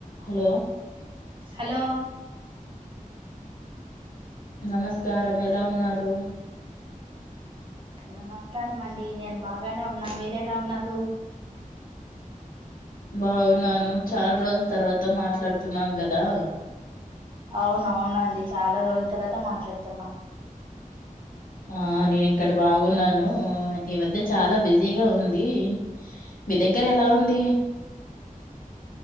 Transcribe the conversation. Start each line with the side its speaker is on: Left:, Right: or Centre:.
Left: Hello
Right: hello
Left: నమస్కారం ఎలా ఉన్నారు.
Right: నమస్కారం అండి నేను బాగానే ఉన్నా మీరెలా ఉన్నారు.
Left: బాగున్నాను చాలా రోజుల తర్వాత మాట్లాడుతున్నాం కదా.
Right: అవునవునండి చాలా రోజుల తర్వాత మాట్లాడుతున్నాం.
Left: ఆ నేను ఇక్కడ బాగున్నాను, ఈ మధ్య చాలా బిజీగా ఉంది. మీ దగ్గర ఎలా ఉంది.